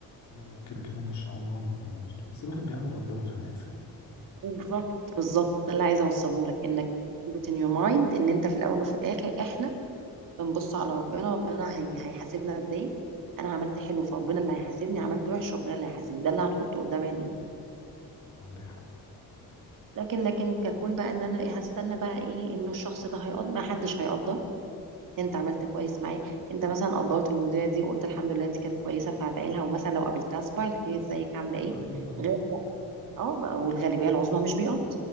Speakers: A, on the left (about 50°); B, on the right (about 60°).
A: لا هو كده كده مش عمري عمري كده مش- بس الواحد بيعمل ربنا في الناس يعني
B: بالظبط بالظبط ده اللي عايزه اوصله لك انك keep it in your mind ان انت في الاول وفي الاخر احنا بنبص على ربنا ربنا هي هيحاسبنا ازاي انا عملت حلو فربنا اللي هيحاسبني عملت وحش ربنا اللي هيحاسبني ده اللي هنحطه قدام عينينا
A: عندي حق
B: لكن لكن ككون بقى ان انا إيه هستنى بقى ايه انه الشخص ده هيقدر ما حدش هيقدر إن انت عملت كويس معاه انت مثلا قدرت المديره دي وقلت الحمد لله دي كانت كويسه فهدعي لها ومثلا لو قابلتها صباح الخير ازيك عامله
A: لا
B: ايه
A: أكيد طبعا
B: غير لا اه والغالبيه العظمى مش بيقض